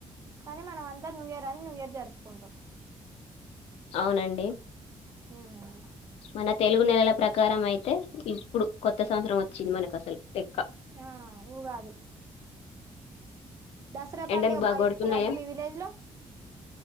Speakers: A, on the right; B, on the left.
A: కానీ మనం అంతా న్యూ ఇయర్ అని న్యూ ఇయర్ జరుపుకుంటాం
B: అవునండి
A: ఉమ్
B: మన తెలుగు నెలల ప్రకారం అయితే కొత్త సంవత్సరం వచ్చింది మనకు అసలు లెక్క
A: ఆ ఉగాది దసరా పండుగ
B: ఎండలు
A: బాగా
B: కొడుతున్నాయా
A: చేస్తారా అండి మీ విలేజ్ లో